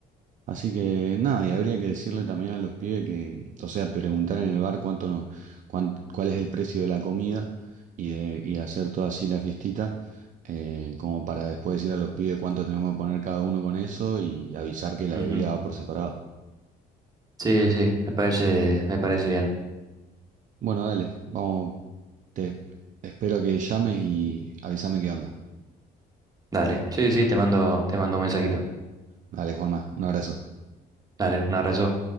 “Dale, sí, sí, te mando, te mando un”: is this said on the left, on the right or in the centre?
Right